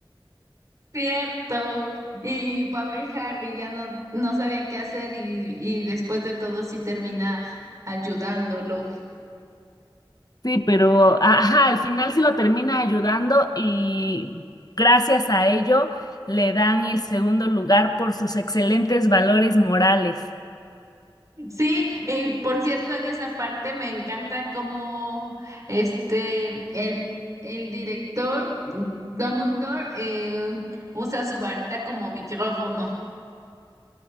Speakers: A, on the right; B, on the left.
A: Cierto. Y pobre Harry ya no, no sabía qué hacer y, y después de todo sí termina ayudándolo.
B: Sí, pero ajá, al final sí lo termina ayudando y gracias a ello le dan el segundo lugar por sus excelentes valores morales.
A: Sí, y por cierto, en esa parte me encanta cómo este el, el director Dumbledore eh, usa su varita como micrófono.